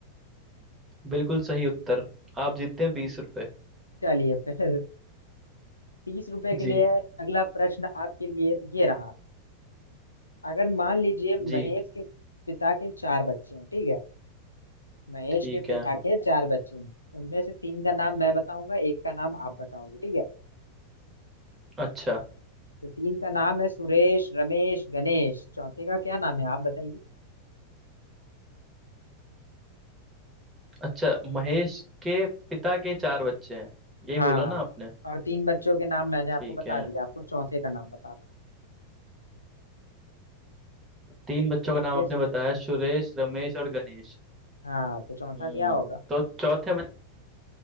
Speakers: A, on the right (about 15°); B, on the left (about 80°).
A: बिल्कुल सही उत्तर आप जीतते हैं बीस रुपए
B: चलिए फिर <laughs> तीस रुपए के
A: जी
B: लिए अगला प्रश्न आपके लिए ये रहा अगर मान लीजिए महेश
A: जी
B: के पिता के चार बच्चे हैं ठीक है महेश
A: ठीक
B: के पिता
A: है
B: के चार बच्चे हैं उनमें से तीन का नाम मैं बताऊंगा एक का नाम आप बताओगे ठीक है
A: अच्छा
B: तो तीन का नाम है सुरेश रमेश गणेश चौथे का क्या नाम है आप बताइए
A: अच्छा महेश के पिता के चार बच्चे हैं यही
B: हाँ
A: बोला ना आपने
B: और तीन बच्चों के नाम मैंने आपको
A: ठीक
B: बता
A: है
B: दिया आपको चौथे का नाम बताना है।
A: तीन बच्चों
B: सोचिए
A: का नाम आपने
B: सोचिए
A: बताया सुरेश रमेश और गणेश
B: हाँ तो चौथा
A: हम्म
B: क्या होगा
A: तो चौथे बच,